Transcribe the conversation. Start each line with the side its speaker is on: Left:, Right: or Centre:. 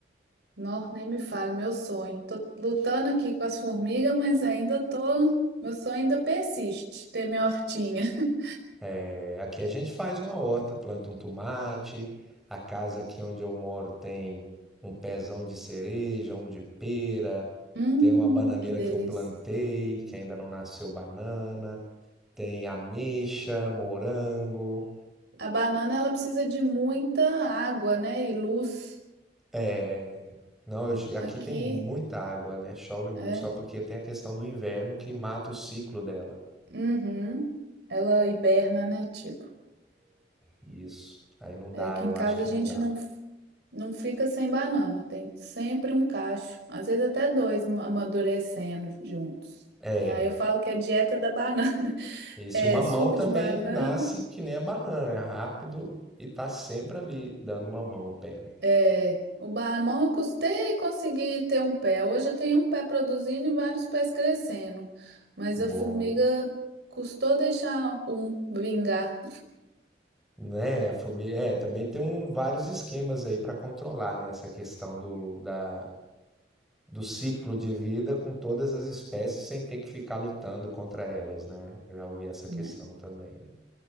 Right: Não, nem me fale, meu sonho. Tô lutando aqui com as formigas, mas ainda tô. Meu sonho ainda persiste, ter minha hortinha. <laughs>
Centre: É, aqui a gente faz uma horta, planta um tomate. A casa aqui onde eu moro tem um pezão de cereja, um de pera,
Right: Hum,
Centre: tem uma bananeira
Right: que delícia.
Centre: que eu plantei, que ainda não nasceu banana, tem ameixa, morango.
Right: A banana ela precisa de muita água, né? E luz
Centre: É, não, eu
Right: aqui,
Centre: aqui tem muita água, né? Chove muito
Right: é.
Centre: só porque tem a questão do inverno que mata o ciclo dela.
Right: Uhum. Ela hiberna, né? Tipo,
Centre: Isso. Aí não
Right: é,
Centre: dá,
Right: aqui
Centre: eu
Right: em casa
Centre: acho que
Right: a gente
Centre: não dá.
Right: não, f- não fica sem banana, tem sempre um cacho, às vezes até dois ma- amadurecendo juntos.
Centre: É,
Right: E aí eu falo que é dieta da banana, <laughs>
Centre: esse
Right: é
Centre: o mamão
Right: suco
Centre: também
Right: de banana.
Centre: nasce que nem a banana, é rápido e tá sempre ali dando mamão ao pé, né?
Right: É, o mamão eu custei conseguir ter um pé. Hoje eu tenho um pé produzindo e vários pés crescendo. Mas
Centre: Bom,
Right: a formiga custou deixar um vingar.
Centre: né, formi- é, também tem um, vários esquemas aí para controlar, né, essa questão do, da, do ciclo de vida com todas as espécies sem ter que ficar lutando contra elas, né? Eu Já ouvi essa
Right: né?
Centre: questão também, né?